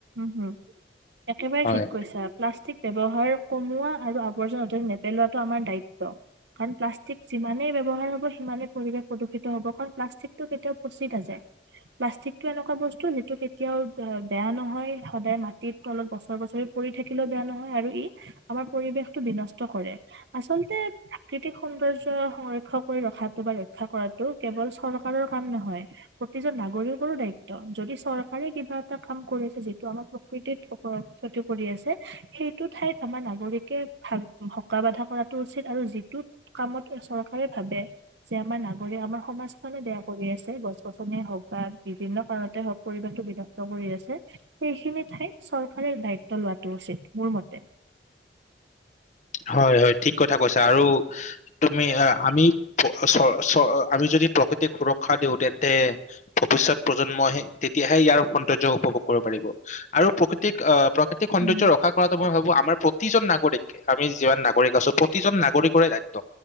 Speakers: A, on the right; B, on the left.
A: উ একেবাৰে
B: হয়
A: ঠিক কৈছা প্লাষ্টিক ব্যৱহাৰ কমোৱা আৰু আ বৰ্জনা নেপেলোৱাটো আমাৰ দায়িত্ব ত্ব আৰু প্লাষ্টিক যিমানেই ব্যৱহাৰ হব সিমানেই পৰিৱেশ প্ৰদূষিত হব কাৰণ প্লাষ্টিকটো কেতি য়াও পছি নাযায়। প্লাষ্টিকটো এনেকুৱা বস্তু সেইটো কেতিয়াও বেয়া নহয় সদায় মাটিত তলত বছৰে বছৰি পৰি থাকিলেও বেয়া নহয় আৰু ই আমাৰ পৰিৱেশতটো বিনষ্ট কৰে আচলতে প্ৰাকৃতিক সৌন্দৰ্য্য সংৰক্ষণ কৰি ৰখাটো বা ৰক্ষা কৰাটো কেৱল চৰকাৰৰ কাম নহয় প্ৰতিজন নাগৰিকৰো দায়িত্ব। যদি চৰকাৰে কিবা এ কাম কৰি আছে যিটো আমাৰ প্ৰকৃতিত উপৰত ক্ষতি কৰি আছে সেইটো ঠাইত আমাৰ নাগৰিকে ভাল হকা বাধা কৰাতটো উচিত আৰু যিটো কামত চৰকাৰে ভাবে যে আমাৰ নাগৰিক আমাৰ সমাজখনে বেয়া কৰি আছে গছ গছনিয় হওক বা বিভিন্ন কাৰণতে হওক পৰিৱেশটো বিনষ্ট ষ্ট কৰি আছে সেইখিনি ঠাইত চৰকাৰে দায়িত্ব লোৱাটো উচিত। মোৰ মতে।
B: হয় হয় ঠিক কথা কৈছে আৰু তুমি আমি চৰ চৰ আমি যদি প্ৰকৃতিক সুৰক্ষা দিওঁ তেন্তে ভৱিষ্যত প্ৰজন্মই তেতিয়াহে ইয়াৰ সৌন্দৰ্য উপভোগ কৰিব পাৰিব আৰু প্ৰকৃতিক আহ প্ৰা কৃতিক সৌন্দৰ্য
A: উম
B: ৰক্ষা কৰাটো বৰ সহজ আমাৰ প্ৰতিজন নাগৰিকে আমি যিমান নাগৰিক আছোঁ প্ৰতিজন নাগৰিকৰে দায়িত্ব।